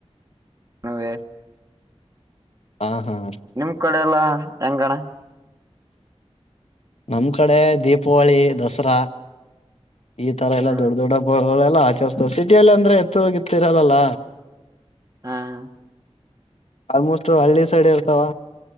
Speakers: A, on the right (about 30°); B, on the left (about 75°).
A: ಅದೇ
B: ಹ ಹಾ
A: ನಿಮ ಕಡೆ ಎಲ್ಲಾ ಹೆಂಗಣ
B: ನಮ್ ಕಡೆ ದೀಪಾವಳಿ ದಸರಾ ಈ ತರ ಎಲ್ಲಾ
A: ಹ್ಮ್
B: ದೊಡ್ಡ ದೊಡ್ಡ ಹಬ್ಬಗಳೆಲ್ಲಾ ಆಚರಿಸತವೆ ಸಿಟಿಯಲ್ಲಿ ಅಂದ್ರೆ ಎತ್ತು ಹೋಗಿತ್ತಿರಲ್ಲಲ್ಲ
A: ಹಾ ಹ
B: ಆಲ್ಮೋಸ್ಟ್ ಹಳ್ಳಿ ಸೈಡ್ ಇರ್ತಾವ